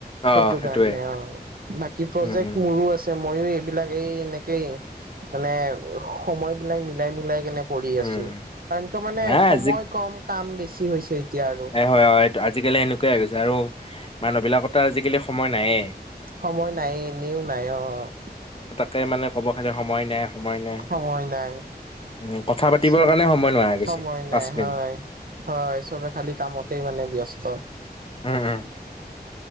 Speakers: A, on the left (about 35°); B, on the right (about 60°).
A: অ
B: সেইটো
A: সেইটোয়ে।
B: কাৰনে অ'। বাকী প্ৰজেক্ট
A: উম উম।
B: মু ৰো আছে, মই এইবিলাক এই এনেকেই মানে সময় বিলাক মিলাই মিলাই কিনে কৰি
A: উম
B: আছো। কাৰন কিয় মানে
A: নাই
B: সময়
A: আজি
B: কম কাম বেছি হৈছে এতিয়া আৰু।
A: হয় হয় আজিকালি সেনেকুৱাই হৈ গৈছে, আৰু মানুহ বিলাকৰ তো আজিকালি সময় নাইয়েই।
B: সময় নাই এনেও নাই অ'।
A: তে মানে কব খালী সময় নাই সময় নাই।
B: সময় নাই।
A: উম, কথা পাতিবৰ
B: চব
A: কাৰণে সময় নোহোৱা হৈ গৈছে
B: সময়
A: পাঁচ
B: নাই,
A: মিনিট
B: হয়। হয়, চবে খালি কামতেই মানে ব্যস্ত।
A: উম উম